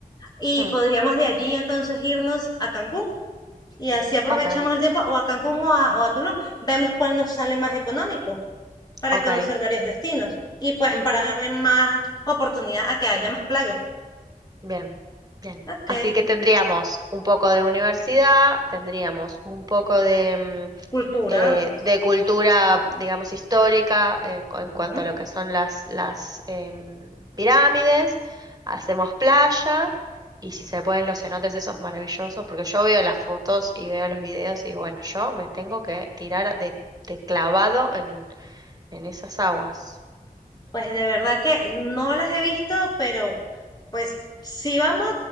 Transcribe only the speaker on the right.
Hmm,
ok,
ok.
Ujú,
Bien, bien.
Así que tendríamos un poco de universidad, tendríamos un poco de...
mm, eh,
de cultura, digamos, histórica eh, cu-
en cuanto a lo que son las, las em, pirámides, hacemos playa y si se pueden los cenotes esos maravillosos, porque yo veo las fotos y veo los videos y digo, bueno, yo me tengo que tirar de, de clavado en, en esas aguas.